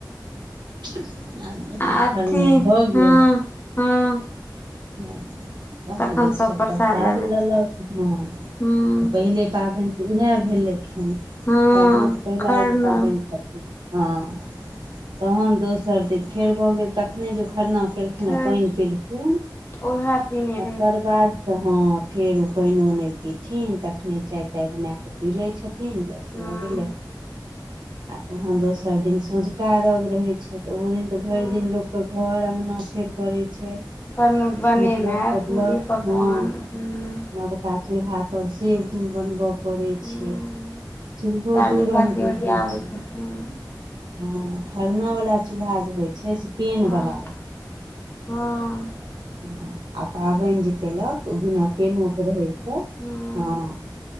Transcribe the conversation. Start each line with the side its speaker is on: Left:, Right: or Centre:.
Right: <unintelligible> आ जखन
Left: अथी
Right: खरना भऽ गेल
Left: हँ हँ
Right: हँ- तहन
Left: तखन
Right: लोक सब
Left: प्रसाद
Right: परसाद
Left: लए लेत
Right: लेलक हँ
Left: हूँ
Right: पहिले पाबैन तऽ इएह भेलै ख -खरना
Left: हँ
Right: तऽ पहिला
Left: खरना
Right: एगो पाबैन <unintelligible> हँ तहन दोसर दिन फेर भऽ गेल, तखने जे ओ खरना खेलखिन
Left: छठि
Right: आ पैन पिलखिन
Left: ओहे पीने रहै
Right: ओकर
Left: छथिन
Right: बाद तऽ हँ फेर ओ पैनो नइ पीथिन तखने चाय ताय बनाकऽ पी लै छथिन तीन <unintelligible>
Left: हूँ
Right: भऽ गेलै आ तहन दोसर दिन सौंझका अरघ रहय छै। ओहो दिन तऽ भइर
Left: हूँ
Right: दिन लोकके घर अङ्गना फेर करै छै।
Left: बन बनेनाइ
Right: निपलक पोतलक
Left: पूरी पकवान
Right: हँ-नव
Left: हूँ
Right: का चूल्हा पर से ब-बनब पड़ै
Left: हूँ
Right: छै चूल्हो
Left: डालिका
Right: दू रंगके
Left: तिवरी
Right: होइ
Left: आबै
Right: छै।
Left: छथिन
Right: हँ खरना बला चूल्हा जे होइ छै से पेन
Left: हँ
Right: बला
Left: हँ
Right: <unintelligible> आ पाबैन जे केलक उ बिना पेनो के रहै छै,
Left: हूँ
Right: हँ-